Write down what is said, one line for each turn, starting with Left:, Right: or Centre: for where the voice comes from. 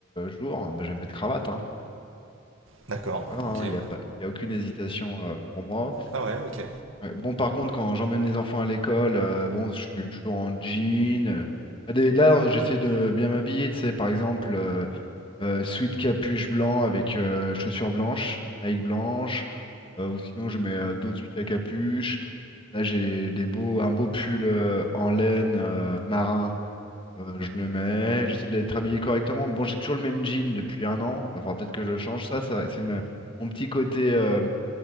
Left: jours. Bah, je vais mettre cravate, hein.
Right: D'accord,
Left: Ah, voilà,
Right: ok.
Left: hein, il n'y a pas, il y a aucune hésitation euh, pour moi.
Right: Ah ouais, ok.
Left: Ouais, Bon, par contre, quand j'emmène les enfants à l'école, euh, bon, je suis toujours en jean. euh, ah, des- là, hein, j'essaie de bien m'habiller, tu sais, par exemple, euh, euh, sweat capuche blanc avec euh, chaussures blanches, Nike blanche, euh, ou sinon je mets euh, d'autres sweats à capuche. Là, j'ai des beaux, un beau pull euh, en laine euh, marin, euh, je le mets. J'essaie d'être habillé correctement. Bon, j'ai toujours le même jean depuis un an. Va falloir peut-être que je le change. Ça, ça, c'est ma- mon petit côté. euh,